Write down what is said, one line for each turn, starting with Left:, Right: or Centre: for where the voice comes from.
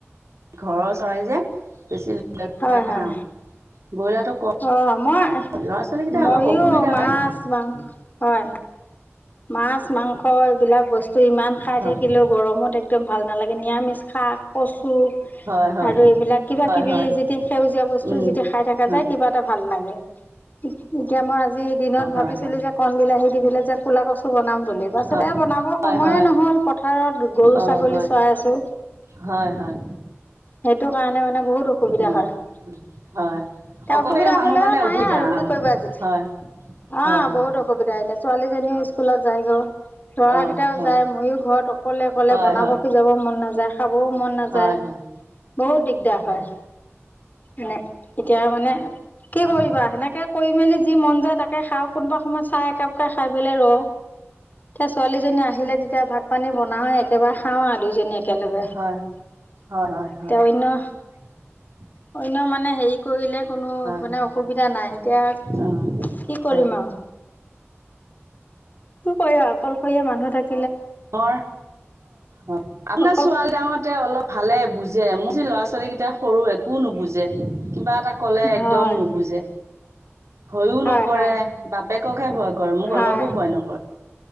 Right: ঘৰৰ চৰাই যে, বেছি
Left: হ'য় হ'য়।
Right: খাওঁ ব্ৰইলাৰটো কম
Left: অঁ মই,
Right: ল'ৰা ছোৱালীকেইটা
Left: ময়ো
Right: অলপ অসুবিধা
Left: মাছ-
Right: পায়
Left: মাংস হ'য়। মাছ- মাংস হ'য়, এইবিলাক বস্তু ইমান খাই
Right: হয়
Left: থাকিলেও গৰমত একদম ভাল নালাগে। নিৰামিষ শাক, কচু
Right: হয় হয়
Left: আৰু এইবিলাক কিবা
Right: হয়
Left: কিবি
Right: হয়
Left: যি টি সেউজীয়া বস্তু
Right: হয়
Left: যেতিয়া খাই থাকা
Right: হয়
Left: যায় কিবা এটা ভাল লাগে। এতিয়া মই আজি দিনত
Right: হয়
Left: ভাবিছিলো
Right: হয়
Left: যে কন বিলাহী দি পেলে যে কলা কচু বনাম বুলি পাছতে
Right: হয়
Left: বনাব
Right: হয়
Left: সময়ে
Right: হয়
Left: নহল পথাৰত গৰু,
Right: অ
Left: ছাগলী
Right: হয়
Left: চৱাই আছো।
Right: হ'য়, হ'য়।
Left: সেইটো কাৰণে মানে বহুত অসুবিধা
Right: উম
Left: হ'য়। এতিয়া
Right: হয় অকলশৰীয়া
Left: অসুবিধা
Right: মানুহ
Left: হ'লেও
Right: কাৰণে
Left: নাই
Right: অসুবিধা
Left: আৰু কি
Right: অ
Left: কৰিবা অজিত
Right: হয়
Left: অঁ
Right: হয় হয়
Left: বহুত অসুবিধা এতিয়া ছোৱালীজনীও স্কুলত যায় গৈ। ল'ৰাকেইটাও
Right: অ হয়
Left: যায়। ময়ো ঘৰত অকলে, অকলে
Right: হয়
Left: বনাব
Right: হয়
Left: সিজাব মন নাযায়। খাবও মন নাযায়।
Right: হয় হয়
Left: বহুত দিগদাৰ হ'য় মানে। এতিয়া মানে, কি
Right: হয়
Left: কৰিবা?
Right: হয়
Left: সেনেকে কৰি মেলি যি মন যায় তাকে খাওঁ। কোনোবা সময়ত চাহ একাপ কে খাই পেলায় ৰওঁ। এতিয়া ছোৱালীজনী আহিলে তেতিয়া ভাত পানী বনাও য়ে। এবাৰ খাওঁ আও দুইজনী একেলগে। এতিয়া
Right: হয় হয় হয়
Left: অন্য
Right: <unintelligible>
Left: অন্য মানে হেৰি কৰিলে কোনো
Right: হয়
Left: মানে
Right: হয়
Left: অসুবিধা নাই। এতিয়া
Right: অ
Left: কি
Right: হয়
Left: কৰিম আও। কি কৰিবা অকলশৰীয়া মানুহ থাক
Right: নৰ অঁ, অঁ আপোনাৰ
Left: অকল
Right: ছোৱালী ডাঙতে অলপ ভালে বুজে মোৰ যে, ল'ৰা- ছোৱালী কেইটা সৰু এ একো নুবুজে। কিবা এটা ক'লে একদম
Left: হয়
Right: নুবুজে। ভয়ো
Left: হয়
Right: নকৰে।
Left: হয়।
Right: বাপেককহে ভয় কৰে, মোক
Left: হয়
Right: অলপো ভয় নকৰে।